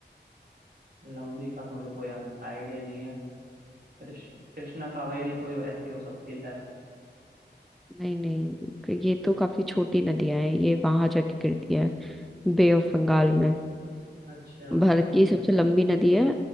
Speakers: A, on the right; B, in the centre.
A: लंबी का तो मुझे कोई आइडिया नहीं है कृष्ण कृष्णा कावेरी कोई ऐसी हो सकती है
B: नहीं नहीं ये तो काफी छोटी नदियां हैं ये वहां जाके गिरती है बे ऑफ बंगाल में
A: अच्छा
B: भारत की सबसे लंबी नदी है